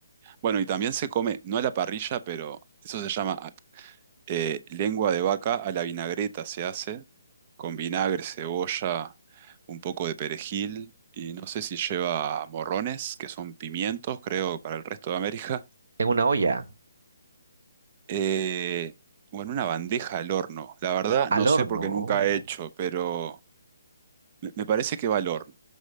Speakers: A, on the right; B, on the right.
A: Bueno, y también se come, no a la parrilla, pero eso se llama ah, eh, lengua de vaca a la vinagreta se hace, con vinagre, cebolla, un poco de perejil, y no sé si lleva morrones, que son pimientos, creo, para el resto de América. <laughs>
B: En una olla,
A: Eh, bueno, una bandeja al horno. La verdad,
B: al
A: no
B: horno.
A: sé porque
B: oh.
A: nunca he hecho, pero me me parece que va al horno.